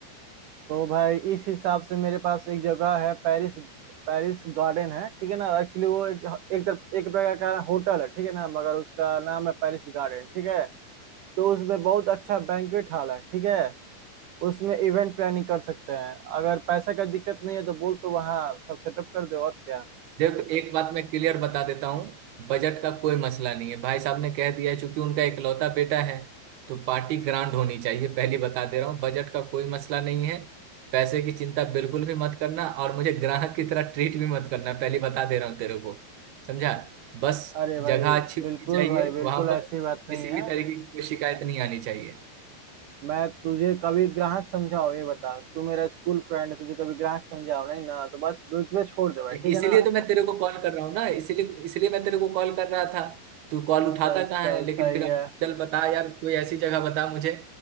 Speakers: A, on the right (about 85°); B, on the right (about 60°).
A: तो भाई इस हिसाब से मेरे पास एक जगह है पेरिस पेरिस गार्डन है ठीक है ना एक्चुअली वो एक एक तरफ एक प्रकार का होटल है ठीक है ना मगर उसका नाम है पेरिस गार्डन ठीक है तो उसमें बहुत अच्छा बैंक्वेट हॉल है ठीक है उसमें इवेंट प्लानिंग कर सकते हैं अगर पैसा का दिक्कत नहीं है तो बोल तो वहाँ सब सेटअप कर दे और क्या
B: देखो एक बात मैं क्लियर बता देता हूँ बजट का कोई मसला नहीं है भाई साहब ने कह दिया है चूंकि उनका इकलौता बेटा है तो पार्टी ग्रांड होनी चाहिए पहली बता दे रहा हूँ बजट का कोई मसला नहीं है पैसे की चिंता बिल्कुल भी मत करना और मुझे ग्राहक की तरह ट्रीट भी मत करना पहली बता दे रहा हूँ तेरे को समझा बस
A: अरे भाई
B: जगह अच्छी
A: बिल्कुल
B: होनी चाहिए
A: भाई बिल्कुल
B: वहां पर
A: ऐसी बात नहीं
B: किसी
A: है
B: भी तरीके की कोई शिकायत नहीं आनी चाहिए
A: मैं तुझे कभी ग्राहक समझा हो ये बता तू मेरा स्कूल फ्रेंड है तुझे कभी ग्राहक समझा हो नहीं ना तो बस बीच में छोड़ दे भाई ठीक
B: इसीलिए
A: है ना
B: तो मैं तेरे को कॉल कर रहा हूँ ना इसीलिए इसीलिए मैं तेरे को कॉल कर रहा था तू कॉल उठाता
A: चल
B: कहाँ
A: चल
B: है लेकिन
A: सही
B: फिर अब
A: है
B: चल बता यार कोई ऐसी जगह बता मुझे